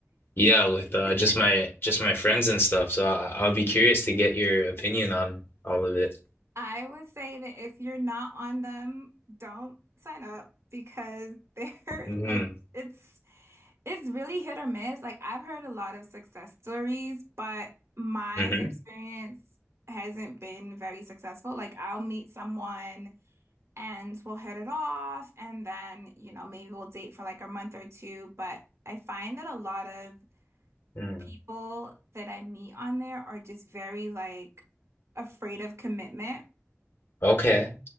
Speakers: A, on the left; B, on the right.
A: yeah, with uh
B: <laughs>
A: just my just my friends and stuff. So I, I'll be curious to get your opinion on all of it.
B: I would say that if you're not on them, don't sign up because they're
A: hmm
B: <laughs> like it's it's really hit or miss. Like I've heard a lot of success stories, but my
A: hmm
B: experience hasn't been very successful. Like I'll meet someone and we'll hit it off and then you know maybe we'll date for like a month or two but I find that a lot of
A: Mm.
B: people that I meet on there are just very like afraid of commitment
A: Okay.